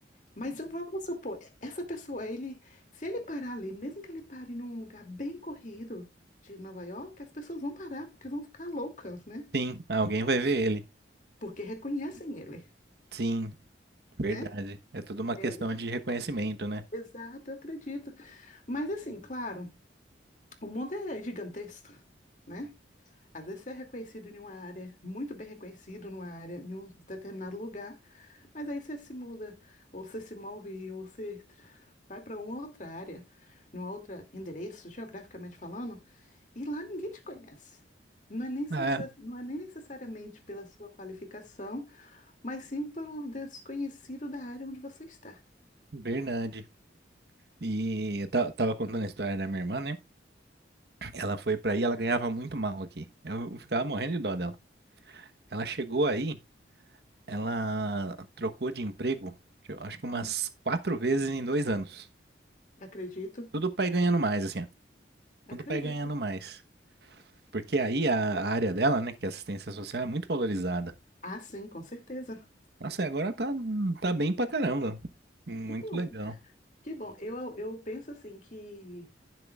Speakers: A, on the left; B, on the right.
A: Mas eu vou vamos supor, essa pessoa, ele, se ele parar ali, mesmo que ele pare num lugar bem corrido de Nova York, as pessoas vão parar, porque vão ficar loucas, né?
B: Sim, alguém vai ver ele.
A: Porque reconhecem ele,
B: Sim, verdade.
A: né?
B: É tudo uma
A: É,
B: questão
A: eu-
B: de reconhecimento, né?
A: exato, eu acredito. Mas assim, claro, o mundo é gigantesco, né? Às vezes você é reconhecido em uma área, muito bem reconhecido numa área, em um determinado lugar, mas aí você se muda, ou você se move, ou você vai para uma outra área, num outro endereço, geograficamente falando, e lá ninguém te conhece. Não é nem, necessa-
B: É,
A: não é nem necessariamente pela sua qualificação, mas sim pelo desconhecido da área onde você está.
B: verdade. E eu ta- tava contando a história da minha irmã, né? Ela foi pra aí, ela ganhava muito mal aqui. Eu ficava morrendo de dó dela. Ela chegou aí, ela trocou de emprego, eu acho que umas
A: Hum.
B: quatro vezes em dois anos.
A: Acredito,
B: Tudo pra ir ganhando mais, assim, ó.
A: acredito.
B: Tudo pra ir ganhando mais. Porque aí a a área dela, né, que é assistência social, é muito valorizada.
A: Ah, sim, com certeza.
B: Nossa, e agora tá, tá bem pra caramba. Muito
A: Que bom,
B: legal.
A: que bom. Eu, eu penso assim que